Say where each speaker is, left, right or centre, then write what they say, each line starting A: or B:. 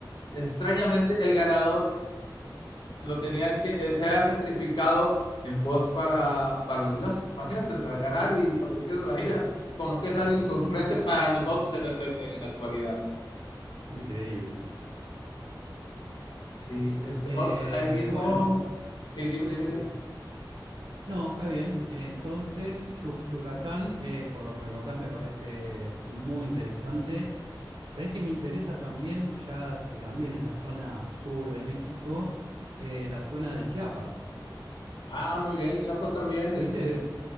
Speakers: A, on the left; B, on the right.
A: extrañamente, el ganador lo tenían que, eh, se ha sacrificado en pos para, para los dioses. Imagínate, al ganar
B: ujú.
A: y para que pierdas la vida, como que es
B: <laughs>
A: algo incongruente para nosotros en, nuestra, en la actualidad.
B: Increíble.
A: Sí, este,
B: Eh,
A: oh, ahí mismo,
B: bueno,
A: sí, dime, dime,
B: sí.
A: dime.
B: No, está bien. Entonces, Yu- Yucatán, eh, por lo que me contás, me parece muy interesante. Sabés que me interesa también, ya que también es la zona sur de México, eh, la zona de Chiapas.
A: Ah, muy bien, Chapas también,
B: ¿Fuiste?
A: este,